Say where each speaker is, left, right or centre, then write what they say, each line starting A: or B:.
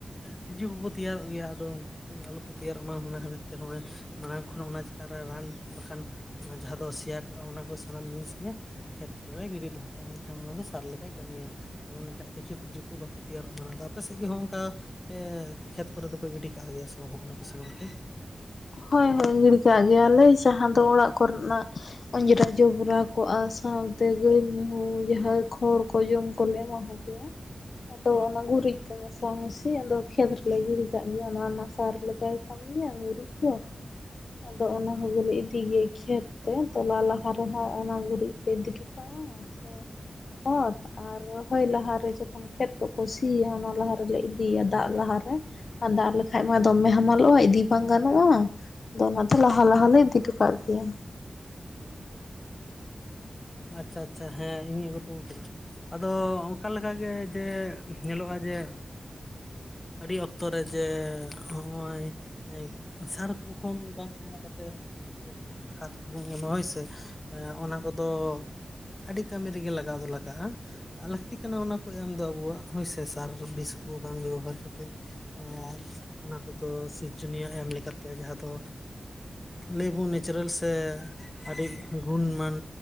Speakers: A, on the left (about 25°); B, on the left (about 70°).
A: ᱛᱤᱡᱩ ᱠᱚᱠᱚ ᱛᱮᱭᱟᱨᱚᱜ ᱜᱮᱭᱟ, ᱟᱫᱚ ᱩᱝ ᱠᱩ ᱟᱞᱚᱯᱮ ᱛᱮᱭᱟᱨᱚᱜ ᱢᱟ ᱚᱱᱟ ᱠᱷᱟᱹᱛᱤᱨ ᱛᱮ ᱦᱚᱜᱼᱚᱭ ᱢᱟᱲᱟᱝ ᱠᱷᱚᱱ ᱚᱱᱟ ᱪᱮᱛᱟᱱ ᱨᱟᱱ ᱵᱟᱠᱷᱟᱱ ᱚᱱᱟ ᱡᱟᱦᱟᱸ ᱫᱚ ᱥᱮᱭᱟ ᱠᱚᱜᱼᱟ ᱚᱱᱟ ᱠᱚ ᱥᱟᱱᱟᱢ ᱡᱤᱱᱤᱥ ᱜᱮ ᱠᱷᱮᱛ ᱠᱚᱨᱮᱞᱮ ᱜᱤᱰᱤ ᱫᱚᱦᱚ ᱠᱟᱜᱼᱟ ᱮᱱᱠᱷᱟᱱ ᱚᱱᱟ ᱫᱚ ᱥᱟᱨ ᱞᱮᱠᱟᱭ ᱠᱟᱹᱢᱤᱭᱟ ᱾ ᱮᱴᱟᱜ ᱠᱤᱪᱷᱩ ᱛᱤᱡᱩ ᱠᱚ ᱵᱟᱠᱚ ᱛᱮᱭᱟᱨᱚᱜ ᱢᱟ ᱾ ᱟᱫᱚ ᱟᱯᱮ ᱥᱮᱡ ᱜᱮ ᱦᱚᱸ ᱚᱝᱠᱟ ᱯᱮ ᱠᱷᱮᱛ ᱠᱚᱨᱮ ᱫᱚᱯᱮ ᱜᱤᱰᱤ ᱠᱟᱜᱼᱟ ᱜᱮᱭᱟ ᱥᱮ ᱵᱟᱝ ᱦᱚᱸᱜᱼ ᱚᱱᱟ ᱠᱚ ᱥᱟᱢᱟᱱ ᱠᱩ?
B: ᱦᱳᱭ ᱦᱳᱭ, ᱜᱤᱲᱤ ᱠᱟᱜ ᱜᱮᱭᱟᱞᱮ ᱡᱟᱦᱟᱸ ᱫᱚ ᱚᱲᱟᱜ ᱠᱚᱨᱮᱱᱟᱜ ᱚᱸᱡᱽᱨᱟ ᱡᱚᱵᱽᱨᱟ ᱠᱚᱜᱼᱟ ᱥᱟᱶᱛᱮ ᱜᱟᱹᱭ ᱢᱤᱦᱩ ᱡᱟᱦᱟᱸ ᱠᱷᱚᱲ ᱠᱚ ᱡᱚᱢ ᱠᱚᱞᱮ ᱮᱢᱟ ᱠᱚᱜᱮᱭᱟ, ᱟᱫᱚ ᱚᱱᱟ ᱜᱩᱨᱤᱡ ᱠᱚ ᱢᱮᱥᱟ ᱢᱮᱥᱤ ᱟᱫᱚ ᱠᱷᱮᱛ ᱨᱮᱞᱮ ᱜᱤᱲᱤ ᱠᱟᱜ ᱜᱮᱭᱟ, ᱚᱱᱟ ᱢᱟ ᱥᱟᱨ ᱞᱮᱠᱟᱭ ᱠᱟᱹᱢᱤᱭᱟ ᱜᱩᱨᱤᱡ ᱾ ᱛᱚ, ᱟᱫᱚ ᱚᱱᱟ ᱠᱚᱜᱮᱞᱮ ᱤᱫᱤ ᱜᱮᱭᱟ ᱠᱷᱮᱛ ᱛᱮ, ᱛᱚᱞᱟ ᱞᱟᱦᱟ ᱨᱮᱦᱚᱸ ᱚᱱᱟ ᱜᱩᱨᱤᱡ ᱛᱮ ᱤᱫᱤ ᱴᱚ ᱠᱟᱜᱼᱟ ᱥᱮ ᱠᱷᱚᱛ ᱟᱨ ᱨᱚᱦᱚᱭ ᱞᱟᱦᱟᱨᱮ ᱡᱚᱠᱷᱚᱱ ᱠᱷᱮᱛ ᱠᱚᱠᱚ ᱥᱤᱭᱟ ᱚᱱᱟ ᱞᱟᱦᱟ ᱨᱮᱞᱮ ᱤᱫᱤᱭᱟ ᱫᱟᱜ ᱞᱟᱦᱟᱨᱮ ᱾ ᱟ ᱫᱟᱜ ᱞᱮᱠᱷᱟᱡ ᱢᱟ ᱫᱚᱢᱮ ᱦᱟᱢᱟᱞᱚᱜᱼᱟ ᱤᱫᱤ ᱵᱟᱝ ᱜᱟ ᱱᱚᱜᱼᱟ ᱟᱫᱚ ᱚᱱᱟᱛᱮ ᱞᱟᱦᱟ ᱞᱟᱦᱟᱞᱮ ᱤᱫᱤ ᱦᱚᱴᱚ ᱠᱟᱜ ᱜᱮᱭᱟ ᱾
A: ᱟᱪᱪᱷᱟ, ᱟᱪᱪᱷᱟ! ᱦᱮᱸ ᱤᱧᱤᱧ ᱟᱹᱜᱩᱴᱩ ᱠᱟᱫᱟ ᱾ ᱟᱫᱚ ᱚᱝᱠᱟ ᱞᱮᱠᱟᱜᱮ ᱡᱮ ᱧᱮᱞᱚᱜᱼᱟ ᱡᱮ ᱟᱹᱰᱤ ᱚᱠᱛᱚ ᱨᱮ ᱡᱮ ᱦᱚᱸᱜᱼᱚᱭ ᱦᱮᱸ ᱥᱟᱨᱠᱩ ᱠᱷᱚᱱ ᱵᱟᱝ ᱮᱢ ᱠᱟᱛᱮ ᱦᱚᱸ ᱠᱷᱟᱫᱽ ᱠᱚᱵᱚᱱ ᱮᱢᱟ ᱦᱳᱭᱥᱮ ᱚᱱᱟ ᱠᱚᱫᱚ ᱟᱹᱰᱤ ᱠᱟᱹᱢᱤ ᱨᱮᱜᱮ ᱞᱟᱜᱟᱣ ᱫᱚ ᱞᱟᱜᱟᱜᱼᱟ ᱟᱨ ᱞᱟᱠᱛᱤ ᱠᱟᱱᱟ ᱚᱱᱟ ᱠᱚ ᱮᱢ ᱫᱚ ᱟᱵᱚᱣᱟᱜ ᱦᱳᱭᱥᱮ ᱥᱟᱨ ᱵᱤᱥᱠᱩ ᱵᱟᱝ ᱵᱮᱵᱚᱦᱟᱨ ᱠᱟᱛᱮᱜ, ᱟᱨ ᱚᱱᱟ ᱠᱚᱫᱚ ᱥᱤᱨᱡᱚᱱᱤᱭᱟᱹ ᱮᱢ ᱞᱮᱠᱟᱛᱮ ᱡᱟᱦᱟᱸ ᱫᱚ ᱞᱟᱹᱭᱵᱚᱱ ᱱᱮᱪᱟᱨᱮᱞ ᱥᱮ ᱟᱹᱰᱤ ᱜᱩᱱᱢᱟᱱ